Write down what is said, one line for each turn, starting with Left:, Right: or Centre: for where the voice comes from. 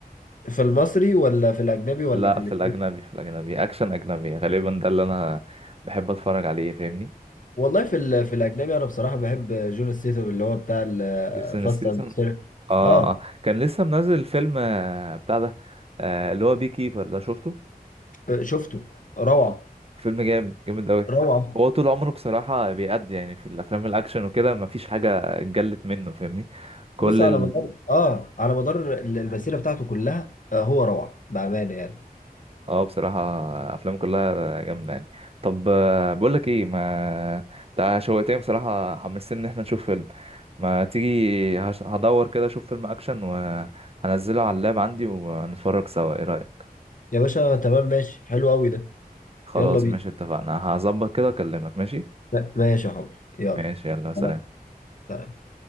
Left: في المصري ولا في الاجنبي ولا
Right: لا
Left: في الاثنين
Right: في الاجنبي في الاجنبي اكشن اجنبي غالبا ده اللي انا بحب اتفرج عليه فاهمني
Left: والله في ال... في الاجنبي انا بصراحه بحب جون ستيتم اللي هو بتاع الفاست
Right: جيسون ستيسن
Left: اند فير
Right: اه
Left: اه
Right: آه. كان لسه منزل فيلم آه، بتاع ده آه، اللي هو بي كيبر ده شفته
Left: آه، شفته روعه
Right: فيلم جامد جامد قوي
Left: روعه
Right: هو طول عمره بصراحه بيأدي يعني في الافلام الاكشن وكده مفيش حاجه اتجلت منه فاهمني كل
Left: بص على مدار اه على مدار ال- المسيره بتاعته كلها آه هو روعه بامانه يعني
Right: اه بصراحة أفلام كلها جامدة يعني طب آه، بقولك ايه ما انت شوقتني بصراحة حمستني ان احنا نشوف فيلم ما تيجي هش... هدور كده اشوف فيلم اكشن وهنزله على اللاب عندي ونتفرج سوا ايه رأيك
Left: يا باشا تمام ماشي حلو قوي ده
Right: خلاص
Left: يلا بينا
Right: ماشي اتفقنا هظبط كده اكلمك ماشي
Left: م- ماشي يا حبيبي يلا
Right: ماشي يلا سلام
Left: سلام. سلام.